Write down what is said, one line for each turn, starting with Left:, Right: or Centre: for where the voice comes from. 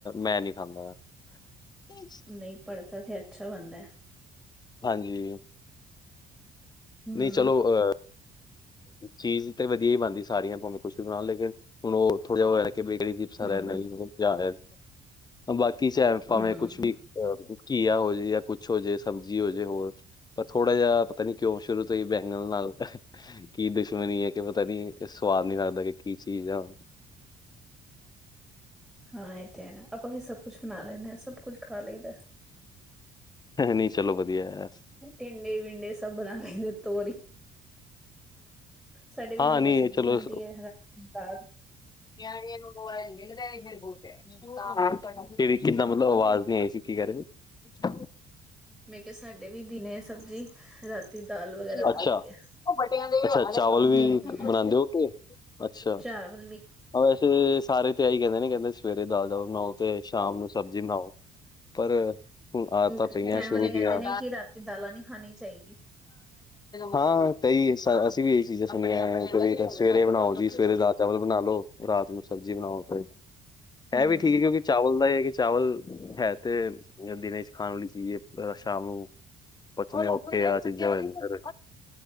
Left: ਮੈਂ ਨੀ ਖਾਂਦਾ। <unintelligible>
Centre: ਨਹੀਂ ਪੜ੍ਹਥਾ ਤੇ ਅੱਛਾ ਬਣਦਾ।
Left: ਹਾਂ ਜੀ।
Centre: ਹੂੰ
Left: ਨਹੀਂ ਚਲੋ ਅਹ। ਚੀਜ਼ ਤੇ ਵਧੀਆ ਹੀ ਬਣਦੀ ਸਾਰੀਆਂ। ਭਾਵੇ ਕੁੱਝ ਵੀ ਬਣਾ ਲੋ। ਲੇਕਿਨ ਹੁਣ ਉਹ ਥੋੜਾ ਜਾ ਉਹ ਕੇ ਬੇਕਰੀ। ਸਾਰ
Centre: ਹੂੰ
Left: ਜਾ ਬਾਕੀ ਚਾਹੇ ਭਾਵੇਂ
Centre: ਹੂੰ
Left: ਕੁੱਝ ਵੀ। ਘੀਆ ਹੋ ਜੇ ਜਾਂ ਕੁੱਝ ਹੋ ਜੇ ਸਬਜ਼ੀ ਹੋ ਜੇ ਹੋਰ। ਪਰ ਥੋੜਾ ਜਿਹਾ ਪਤਾ ਨੀ ਕਿਉਂ ਸ਼ੁਰੂ ਤੋਂ ਹੀ ਬੈਂਗਣ ਨਾਲ। ਕੀ ਦੁਸ਼ਮਣੀ ਹੈ ਕਿ ਪਤਾ ਨੀ ਇਹ ਸਵਾੱਦ ਨੀ ਲੱਗਦਾ ਕਿ ਕੀ ਚੀਜ਼ ਆ।
Centre: ਹਾਂ ਇਹ ਤੇ ਹੈ। ਆਪਾਂ ਵੀ ਸਭ ਕੁੱਝ ਬਣਾ ਲੈਂਦੇ ਹਾਂ। ਸਭ ਕੁੱਝ ਖਾ ਲਈਦਾ।
Left: ਨਹੀਂ ਚਲੋ ਵਧੀਆ।
Centre: ਟਿੰਡੇ ਵਿੰਡੇ ਸੱਭ ਬਣਾ ਲੈਂਦੇ ਤੋਰੀ ਸਾਡੇ ਵੀ
Left: ਹਾਂ
Centre: ਦਿਨ
Left: ਨਹੀਂ
Centre: ਸਬਜ਼ੀ
Left: ਇਹ ਚਲੋ
Centre: ਬਣਦੀ ਹੈ ਰਾਤੀ ਦਾਲ।
Left: ਬਿਆਣੀੀਆਂ ਨੂੰ ਨੋ ਲਈਦੀ ਬਹੁ <inaudible> ਤੇੜ ਕਿੱਦਾਂ ਮਤਲਬ ਆਵਾਜ਼ ਨੀ ਆਈ ਸੀ ਕੀ ਕਹ ਰਹੇ ਸੀ।
Centre: ਮੈਂ ਕਿਹਾ ਸਾਡੇ ਵੀ ਦਿਨੇ ਸਬਜ਼ੀ ਰਾਤੀ ਦਾਲ ਵਗੈਰਾ
Left: ਅੱਛਾ
Centre: ਬਣਦੀ ਹੈ।
Left: ਅੱਛਾ ਚਾਵਲ ਵੀ
Centre: ਹੂੰ
Left: ਬਣਾਦੇ ਹੋ ਕੇ ਅੱਛਾ।
Centre: ਚਾਵਲ ਵੀ
Left: ਹਾਂ ਵੈਸੇ ਸਾਰੇ ਤੇ ਆਹੀ ਕਹਿੰਦੇ ਨੇ ਕਹਿੰਦੇ ਸਵੇਰੇ ਦਾਲ ਚਾਵਲ ਬਣਾਓ ਤੇ ਸ਼ਾਮ ਨੂੰ ਸਬਜ਼ੀ ਬਣਾਓ। ਪਰ ਹੁਣ ਆਦਤਾਂ
Centre: ਕਹਿਣ
Left: ਪਈਆਂ ਸ਼ੁਰੂ
Centre: ਵਾਲੇ ਕਹਿੰਦੇ
Left: ਦੀਆ।
Centre: ਨੇ ਕਿ ਰਾਤੀ ਦਾਲਾਂ ਨੀ ਖਾਣੀ ਚਾਹੀਦੀ
Left: ਹਾਂ ਕਈ ਅਸੀਂ ਵੀ ਇਹੀ ਚੀਜ਼ਾਂ ਸੁਣੀਆਂ ਕੋਈ। ਸਵੇਰੇ ਬਣਾਓ ਜੀ ਸਵੇਰੇ ਦਾਲ ਚਾਵਲ ਬਣਾ ਲਓ ਰਾਤ ਨੂੰ ਸਬਜ਼ੀ ਬਣਾਓ ਤੇ
Centre: ਹੂੰ-ਹੂੰ-ਹੂੰ-ਹੂੰ-ਹੂੰ
Left: ਹੈ ਵੀ ਠੀਕ ਹੈ ਕਿਉਂਕਿ ਚਾਵਲ ਦਾ ਇਹ ਹੈ ਕਿ ਚਾਵਲ ਹੈ ਤੇ ਦਿਨ ਚ ਖਾਣ ਵਾਲੀ ਚੀਜ਼ ਹੈ ਸ਼ਾਮ ਨੂੰ ਪੁੱਛ ਓਥੇ ਆ ਚੀਜ਼ਾਂ ਫ